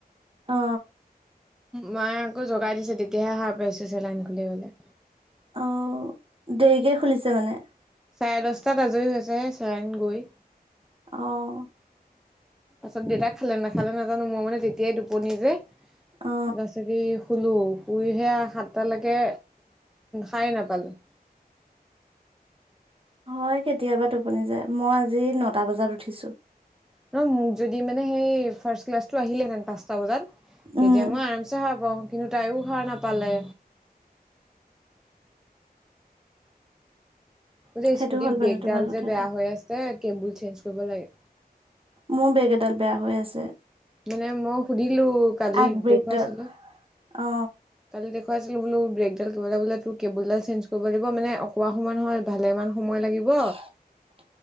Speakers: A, on the right (about 35°); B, in the centre.
A: অঁ।
B: মাই আকৌ জোগাই দিছে তেতিয়াহে সাৰ পাইছো চেলাইন খুলিবলে।
A: অঁ' দেৰিকে খুলিছে মানে।
B: চাৰে দহটাত আজৰি হৈছেহে চেলাইন গৈ।
A: অহ'।
B: পাছত দেউতাই খালে নাখালে নাজানো, মই মানে তেতিয়াই টোপনি যে।
A: অ
B: তাৰপিছত এই শুলোঁ, শুইহে সাতটালৈকে সাৰে নাপালোঁ।
A: হয় কেতিয়াবা টোপনি যায়। মই আজি নটা বজাত উঠিছোঁ।
B: ন মোক যদি মানে সেই ফাৰ্ষ্ট ক্লাছটো আহিলেহেঁতেন পাঁচটা বজাত তেতিয়া
A: উম
B: মই আৰামচে সাৰ পাওঁ, কিন্তু তাইও সাৰ নাপালে। যে
A: সেইটো
B: স্কুটিৰ
A: হ'ল মানে
B: ব্ৰেগডাল
A: তোমাৰ কথাটো
B: যে বেয়া হৈ আছে, কেবুল চেঞ্জ কৰিব লাগে।
A: মোৰ ব্ৰেগ এডাল বেয়া হৈ আছে।
B: মানে মই সুধিলোঁ কালি
A: আগব্ৰেকডাল
B: দেখুৱাইছিলোঁ।
A: অ
B: কালি দেখুৱাইছিলোঁ বোলো ব্ৰেকডাল কিবা এটা বোলে তোৰ কেবোলডাল চেঞ্জ কৰিব দিব মানে অকণমান সময় নহয় ভালে মান সময় লাগিব।
A: <unintelligible>